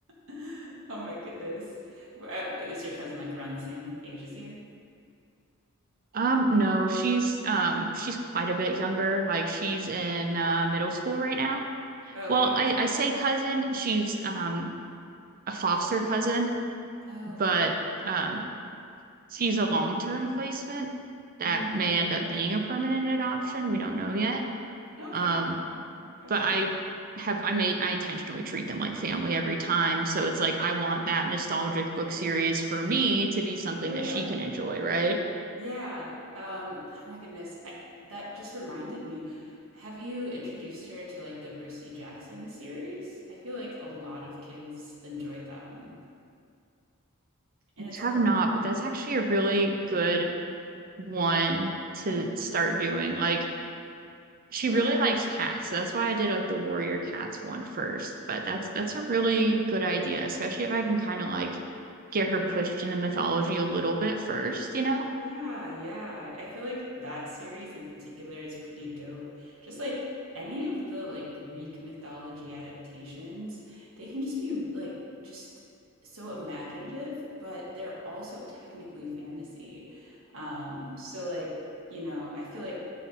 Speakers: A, on the right (about 70°); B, on the right (about 45°).
A: <laughs> Oh my goodness. Were- uh, Is your cousin like around the same age as you?
B: Um no, she's um she's quite a bit younger. Like she's in uh middle school right now.
A: Oh, okay.
B: Well, I I say cousin, she's um a foster cousin,
A: Oh
B: but
A: God.
B: um she's a long-term placement that
A: Mm.
B: may end up being a permanent adoption. We don't know yet.
A: Okay.
B: Um,
A: Gotcha.
B: but I have I may I intentionally treat them like family every time. So it's like I want that nostalgic book series for me to be something
A: Yeah.
B: that she can enjoy, right?
A: Yeah. Um, oh my goodness. I, that just reminded me. Have you introduced her to like the Percy Jackson series? I feel like a lot of kids enjoyed that one. And
B: I
A: it's also,
B: have not, but that's actually a really good one to
A: Mm,
B: start doing. Like She
A: yeah.
B: really likes cats, so that's why I did like the warrior cats one first. But that's that's a really good idea, especially if I can kind of like get her pushed into mythology a little bit first, you know?
A: Yeah, yeah. I feel like that series in particular is pretty dope. Just like any of the like Greek mythology adaptations, they can just be like just so imaginative, but they're also technically fantasy. Um, so like, you know, I feel like